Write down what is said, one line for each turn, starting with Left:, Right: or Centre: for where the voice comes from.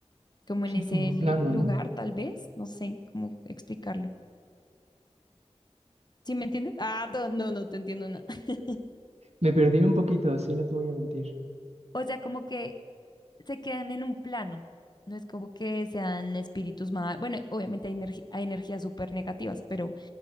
Left: como
Right: Pues
Left: en
Right: Sí,
Left: ese
Right: como
Left: lu-
Right: plano,
Left: lugar,
Right: ¿no?
Left: tal vez, no sé cómo explicarlo. ¿Sí me entiendes? Ah, no, no, no te entiendo nada. <laughs>
Right: Me perdí un poquito, así no te voy a mentir.
Left: O sea, como que se quedan en un plano. No es como que sean espíritus más, bueno, obviamente hay, energi- hay energías súper negativas, pero,